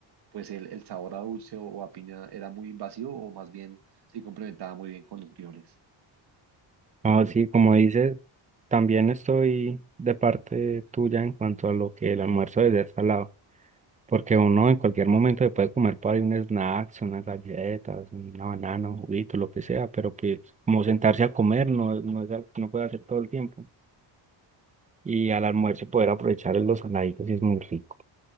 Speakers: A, on the right (about 60°); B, on the right (about 15°).
A: pues el, el sabor a dulce o, a piña era muy invasivo o más bien se complementaba muy bien con los frijoles.
B: No, sí, como dices, también estoy de parte tuya en cuanto a lo que el almuerzo debe ser salado. Porque uno en cualquier momento se puede comer por ahí un snack, unas galletas, una banana, un juguito, lo que sea, pero pues como sentarse a comer no, no, es al- no puede hacer todo el tiempo. y al almuerzo poder aprovechar los saladitos y es muy rico.